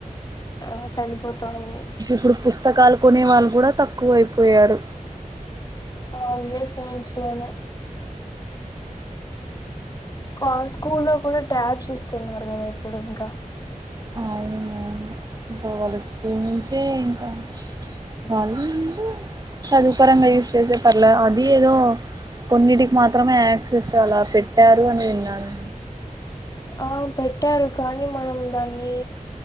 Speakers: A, on the left (about 25°); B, on the right (about 25°).
A: ఆ చనిపోత్ తన్నాయ్
B: ఇప్పుడు పుస్తకాలు కొనే వాళ్ళు కూడా తక్కువైపోయారు.
A: ఆ అవే ఫోన్స్లోనే కాద్ స్కూల్లో గుడా ట్యాబ్స్ ఇస్తున్నారు కదా ఇప్పుడు ఇంకా
B: అవునవును ఇంకా వాళ్ళ స్కూల్ నుంచే ఇంకా వాళ్ళు చదుపరంగా యూస్ చేసే పర్ల అది ఏదో కొన్నిటికి మాత్రమే యాక్సెస్ అలా పెట్టారు అని విన్నాను
A: ఆ పెట్టారు కానీ మనం దాన్ని